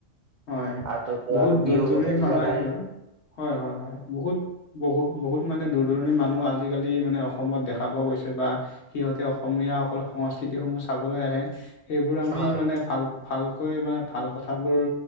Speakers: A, on the left; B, on the right.
A: হয়
B: আৰু
A: বহুত
B: আৰু বিহুৰ
A: দূৰ-দূৰিণ
B: কথাটো
A: মানুহ
B: জানাই
A: আহে বাৰু হয়, হয়, হয় বহুত বহুত-বহুত মানে দূৰ-দূৰণি মানুহ আজিকালি মানে অসমত দেখা পোৱা গৈছে বা সিহঁতে অসমীয়া সকল সংস্কৃতি সমূহ চাবলৈ আহে, সেইবোৰ আমি
B: হয়
A: মানে ভাল ভালকৈ মানে ভাল কথাবোৰ